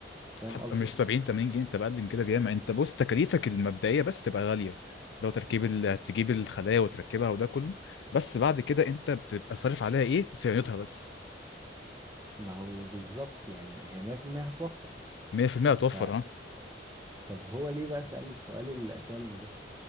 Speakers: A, on the right; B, on the left.
A: فاهم
B: حتى
A: قصدي
B: مش 70 80 جنيه انت بقل من كده بياما انت بص تكاليفك المبدئيه بس تبقى غاليه لو تركيب ال... هتجيب الخلايا وتركبها وده كله بس بعد كده انت بتبقى صارف عليها ايه صيانتها بس
A: ما هو بالظبط يعني هي 100% هتوفر
B: 100% هتوفر
A: فطب
B: اه
A: هو ليه بقى سألني السؤال اللي قتلني ده